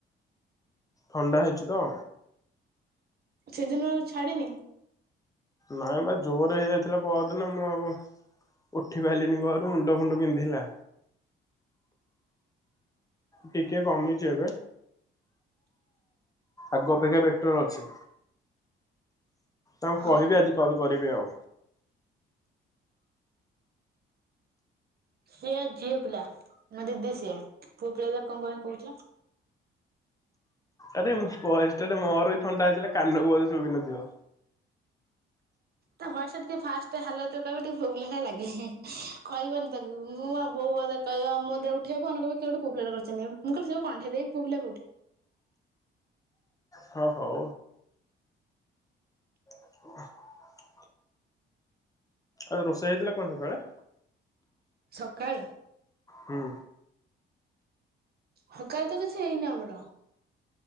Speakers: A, on the left; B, on the right.
A: ଥଣ୍ଡା ହେଇଚି ତ।
B: ସେଦିନରୁ ଆଉ ଛାଡିନି?
A: ନାଇଁ ବା ଜୋରେ ହେଇଯାଇଥିଲା ପଅରଦିନ ମୁଁ ଆଉ ଉଠି ପାରିଲିନି ଘରୁ ମୁଣ୍ଡ ଫୁଣ୍ଡ ବିନ୍ଧିଲା। ଟିକେ କମିଚି ଏବେ। ଆଗ ଅପେକ୍ଷା ବେଟର ଅଛି। ତାଙ୍କୁ
B: ଓହୋ
A: କହିବି ଆଜି କଲ୍ କରିବେ ଆଉ।
B: ସିଏ ଝିଅ ପିଲା ମୋ ଦିଦି ସିଏ। ପୁଅ ପିଲା ଯେ କଣ <unintelligible> କହୁଚ।
A: ଆରେ ମୁଁ ଭଏସଟା ମୋର ବି ଥଣ୍ଡା ହେଇଥିଲା କାନକୁ ବୋଧେ ଶୁଭିନଥିବ।
B: ତା ଭଏସଟା ଟିକେ ଫାଷ୍ଟ ହାଲତରେ କହିବ ଟିକେ ପୁଅ ପିଲା ଭଳି ଲାଗେ। କହିବନି ତାକୁ। ମୁଁ ଆଉ ବୋଉ ବଧେ କହିବ ମୁଁ ଯେତେବେଳେ ଉଠେଇବି ଫୋନ୍ କହିବ କିଏ ଗୋଟେ ପୁଅପିଲା କରିଚି ନେ। ମୁଁ କହିଲି ସେ ପା କଣ୍ଢେଇ ଦେଇ ପୁଅ ପିଲା କୋଉଠି।
A: ହଁ ହଉ। ଉ। ଆଉ ରୋଷେଇ ହେଇଥିଲା କଣ ସକାଳେ?
B: ସକାଳେ?
A: ହୁଁ।
B: ସକାଳେ ତ କିଛି ହେଇନି ଆମର।